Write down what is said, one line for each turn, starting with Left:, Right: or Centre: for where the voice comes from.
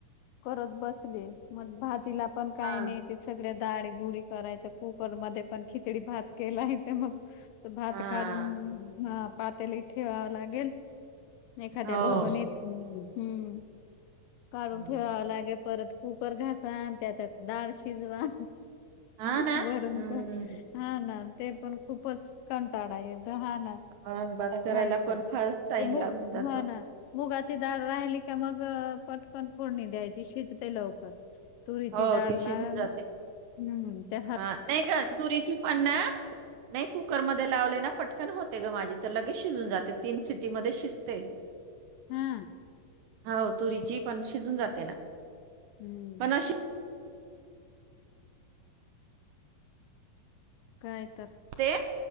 Left: करत बसले. मग भाजीला पण काय
Right: हा
Left: नाही ते सगळ्यात दुरी करायच. कुकर मध्ये पण खिचडी भात केला येते मग. भात
Right: हा
Left: काढून पातेलात ठेवावा लागेल. एखाद्या
Right: हो
Left: भगोनीत, हम. काढून
Right: हम्म.
Left: ठेवाव लागे. परत कुकर घासा. त्याच्यात डाळ शिजवा.,
Right: हा ना
Left: वरण-भात
Right: हम्म
Left: हा ना. ते पण खूपच कंटाळाच येतोय हा ना.
Right: औरंगाबाद करायला
Left: कायच
Right: पण फारच टाइम
Left: ते मुग
Right: लागून
Left: ह.
Right: जातो.
Left: ना. मुगाचे, डाळ राहिली का मग. पटकन फोडणी द्यायची शिजते लवकर. तुरीची
Right: हो
Left: डाळ,
Right: ती शिजून
Left: लाल,
Right: जाते.
Left: हम्म. त्यात
Right: हा नाही ग. तुरीची पणना. नाही कुकर मध्ये लावले ना पटकन होते ग माझी. तर लगेच शिजून जाते. तीन सिटी मध्ये शिजते.
Left: हा
Right: हो तुरीची पण शिजून जाते ना.
Left: हम्म
Right: पण अशी.
Left: काय तर.
Right: शिजते